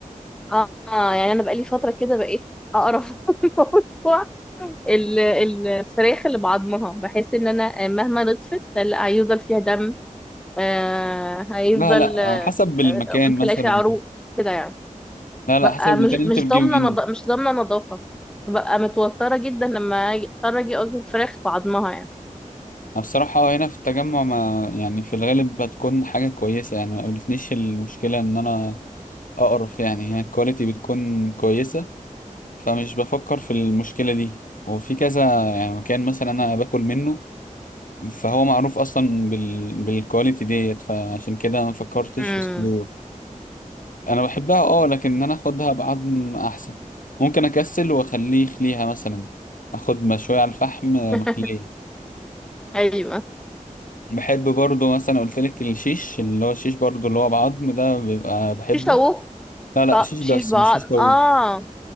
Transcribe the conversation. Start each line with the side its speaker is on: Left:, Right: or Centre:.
Centre: اه آه، يعني انا بقالي فترة كده بقيت اقرف <laughs> من موضوع ال- الفراخ اللي بعضمها بحس ان انا مهما نطفت هل- هيفضل فيها دم آه هيفضل
Left: لا لا
Centre: آه،
Left: آه، حسب المكان
Centre: ممكن
Left: مثلا
Centre: الاقي فيها عروق كده يعني
Left: لا لا
Centre: ببقى
Left: حسب المكان
Centre: مش
Left: اللي
Centre: مش
Left: انت بتجيبه
Centre: ضامنه نض... مش ضامنه نظافه ببقى متوتره جدا لما أجي- اضطر اجي اكل فراخ بعضمها يعني
Left: أنا بصراحة اه هنا في التجمع ما يعني في الغالب بتكون حاجة كويسة يعني ما قابلتنيش المشكلة إن أنا أقرف يعني هنا الكواليتي بتكون كويسة فمش بفكر في المشكلة دي وفي كذا يعني مكان مثلا أنا باكل منه فهو معروف أصلا بال... بالكواليتي ديت فعشان كده ما فكرتش
Centre: امم
Left: في الصدور أنا بحبها اه لكن إن أنا أخدها بعظم أحسن ممكن أكسل وأخليه يخليها مثلا أخد مشوية على الفحم مخلية
Centre: <laughs> ايوه
Left: بحب برضو مثلا قلت لك الشيش اللي هو الشيش برضو اللي هو بعظم ده بيبقى بحبه
Centre: شيش طاووق
Left: لا لا
Centre: اه
Left: شيش
Centre: شيش
Left: بس
Centre: بعض
Left: مش شيش لو
Centre: اه